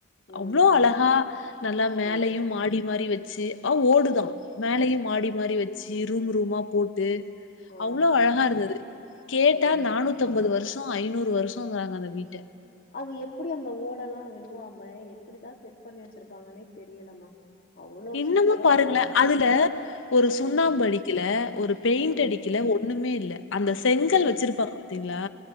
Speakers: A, on the left (about 45°); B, on the left (about 65°).
A: ம்
B: அவ்ளோ அழகா நல்லா மேலையும்
A: ம்
B: மாடி அது மாரி வச்சு ஓடுதா
A: ம்
B: மேலையும் மாடி டி மாரி வச்சு இரூம் ரூமா போட்டு
A: ஆ ஆ
B: அவ்ளோ அழகா இருந்தது கேட்டா
A: ம்
B: நானூத்தம்பது வருஷம் ஐநூறு வருஷங்கறாங்க அந்த வீட்ட
A: அது எப்படி அந்த ஓடல்லாம் விழுவாம எப்படிதா செட் பண்ணி வச்சிருப்பாங்கன்னே தெரியலமா அவ்ளோ
B: இன்னமு
A: சூப்பரா
B: பாருங்கள
A: பண்ணி வச்சிருங்க
B: அதுல ஒரு சுண்ணாம்பு
A: ஆ
B: அடிக்கல ஒரு பெயிண்ட்
A: ம்
B: அடிக்கல ஒண்ணுமே இல்ல
A: ம்
B: அந்த செங்கல்
A: ம்
B: வச்சிருப்பாங்க பாத்திங்களா